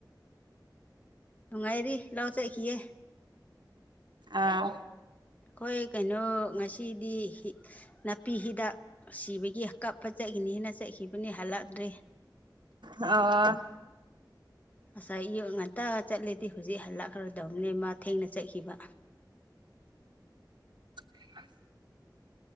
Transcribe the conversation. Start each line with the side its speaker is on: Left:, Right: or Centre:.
Left: ꯅꯨꯡꯉꯥꯏꯔꯤ ꯂꯥꯎ ꯆꯠꯈꯤꯌꯦ
Right: ꯑꯥ
Left: ꯑꯩꯈꯣꯏ ꯀꯩꯅꯣ ꯉꯁꯤꯗꯤ ꯍꯤ ꯅꯥꯄꯤ ꯍꯤꯗꯥꯛ ꯁꯤꯕꯒꯤ ꯀꯞꯄ ꯆꯠꯈꯤꯅꯤꯅ ꯆꯠꯈꯤꯕꯅꯤ ꯍꯜꯂꯛꯗ꯭ꯔꯤ
Right: ꯑꯣ
Left: ꯉꯁꯥꯏ ꯑꯌꯨꯛ ꯉꯟꯇꯥꯒ ꯆꯠꯂꯦꯗꯤ ꯍꯧꯖꯤꯛ ꯍꯜꯂꯛꯈ꯭ꯔꯗꯧꯅꯦ ꯃꯥ ꯊꯦꯡꯅ ꯆꯠꯈꯤꯕ
Right: <inaudible>